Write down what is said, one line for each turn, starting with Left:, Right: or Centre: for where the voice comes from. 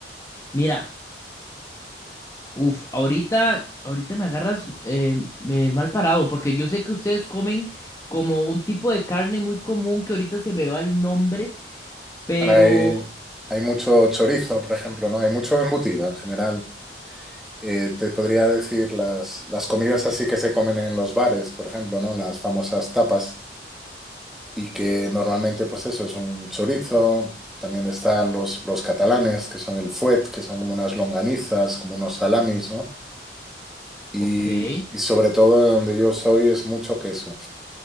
Left: Mira. Uf, ahorita, ahorita me agarras eh, me- mal parado, porque yo sé que ustedes comen como un tipo de carne muy común que ahorita se me va el nombre, pero...
Centre: Bueno, hay, hay mucho chorizo, por ejemplo, ¿no? Hay mucho embutido en general. Eh, te podría decir las, las comidas así que se comen en los bares, por ejemplo, ¿no? Las famosas tapas y que normalmente pues eso es un chorizo, también están los, los catalanes que son el fuet, que son como unas longanizas, como unos salamis, ¿no? Y,
Left: Ok,
Centre: y sobre todo de donde yo soy es mucho queso.